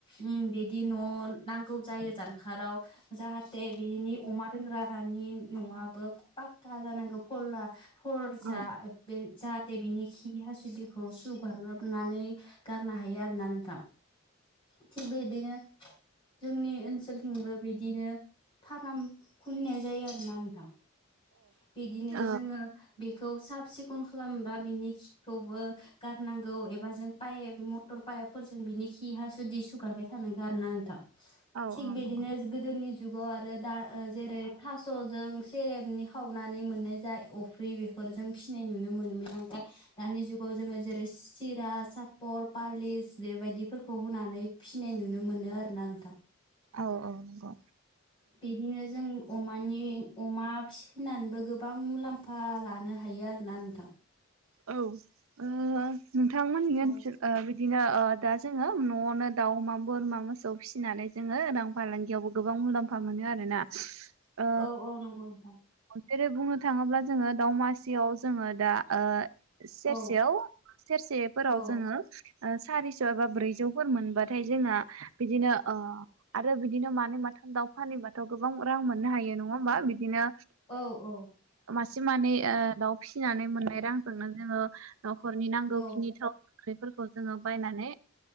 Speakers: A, on the left (about 25°); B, on the right (about 75°).
A: उ बिदि न' नांगौ जायो जानखाराव जाहाथे बेनि अमा दोनग्रानि न'आबो पाक्का जानांगौ फलला हर
B: औ
A: जा
B: औ
A: बे जा बिनि खि हासुदिखौ सुगारनानै गारनो हायो आरोना नोंथां थिग बेदिनो जोंनि ओनसोल ओनसोलथिंबो बिदिनो फार्म खुलिनाय जायो आरोना नोंथां बिदिनो
B: औ
A: जोङो बेखौ साब सिखोन खालामबा बिनि खिखौबो गारनांगौ एबा जों पाइप मटर पाइपफोरजों बिनि खि हासुदै सुगारबाय थानांगोन आरो ना नोंथां
B: औ
A: थिग
B: औ
A: बिदिनो
B: नंगौ
A: गोदोनि जुगाव आरो दा जेरै थास'जों सेरेबनि खावनानै मोननाय जाय अफ्रि बेखौ फोरजों फिसिनाय नुनो मोनोमोन आं दानि जुगाव जोङो जेरै सिरा सापर पालिस बेबायदि खौ होनानै फिसिनाय नुनो मोनो आरोना नोंथां
B: औ औ नंगौ
A: बिदिनो जों अमानि अमा फिसिनानैबो गोबां मुलाम्फा लानो हायो आरोना नोंथां
B: औ नोंथांमोननि
A: औ
B: ओनसोल बिदि बिदिनो दा जोङो न'आवनो दाउ अमा बोरमा मोसौ फिसिनानै जोङो रां फालांगियावबो गोबां मुलाम्फा मोनो आरोना ओ
A: औ औ नंगौ नोंथां
B: जेरै बुंनो थाङोब्ला जोङो दावमासियाव जोङो दा सेरसेयाव
A: औ
B: सेरसेफोराव
A: औ
B: जोङो सारिस' एबा ब्रैजौफोर मोनबाथाय जोंना बिदिनो आरो बिदिनो मानै मा दाउ फानबाथ' गोबां रां मोननो हायो नङा होमबा बिदिनो
A: औ औ
B: एसे मानै दाउ फिसिनानै मोननाय रांजोंनो जोङो न'खरनि नांगौखिनिथाव
A: औ
B: ओख्रिफोरखौ जोङो बायनानै